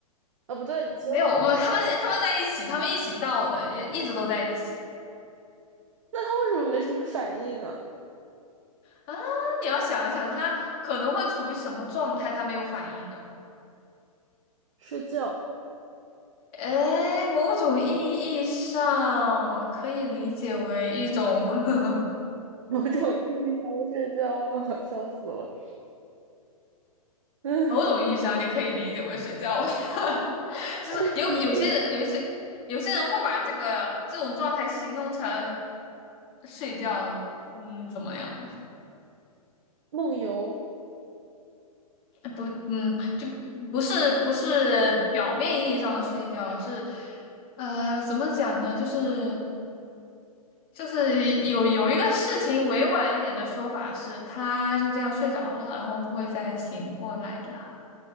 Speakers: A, on the right; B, on the left.
A: 啊，不对，你说他们。
B: 没有，我们 <laughs> 他们他们在一起，他们一起到的，也一直都在一起
A: 那他为什么没什么反应啊？
B: 啊。你要想一想，他可能会处于什么状态，他没有反应。
A: 睡觉，
B: 哎，某种意义上可以理解为一种，<laughs>
A: 某种意义上的睡觉啊，<laughs> 我笑死了。嗯，
B: 某种意义上你可以理解为睡觉，<laughs> 就是有有些人，
A: 昏迷，
B: 有一些有些人会把这个这种状态形容成睡觉，嗯，怎么样？
A: 梦游，
B: 不，嗯，就不是不是表面意义上的睡觉，是呃，怎么讲呢？就是。就是有有一个事情，委婉一点的说法是，他就这样睡着了，然后不会再醒过来了。